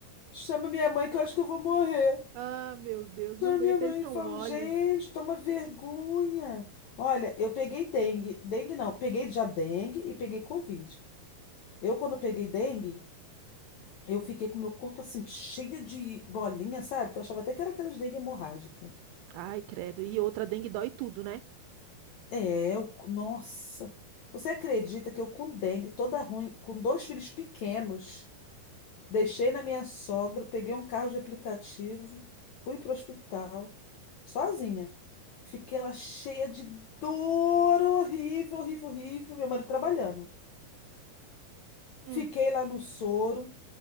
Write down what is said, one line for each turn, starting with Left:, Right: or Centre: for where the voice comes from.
Left: chama minha mãe que eu acho que eu vou morrer.
Right: Ah, meu Deus, não
Left: Chama
Right: aguento,
Left: minha mãe
Right: eles são
Left: e falo,
Right: mole.
Left: gente, toma vergonha. Olha, eu peguei dengue. Dengue não, peguei já dengue e peguei Covid. Eu, quando peguei dengue, eu fiquei com meu corpo assim, cheio de bolinha, sabe? Que eu achava até que era aquelas dengue hemorrágica.
Right: Ai, credo. E outra, dengue dói tudo, né?
Left: É, eu, nossa. Você acredita que eu com dengue, toda ruim, com dois filhos pequenos. Deixei na minha sogra, peguei um carro de aplicativo, fui para o hospital, sozinha. Fiquei lá cheia de dor, horrível, horrível, horrível. Meu marido trabalhando.
Right: Hum.
Left: Fiquei lá no soro,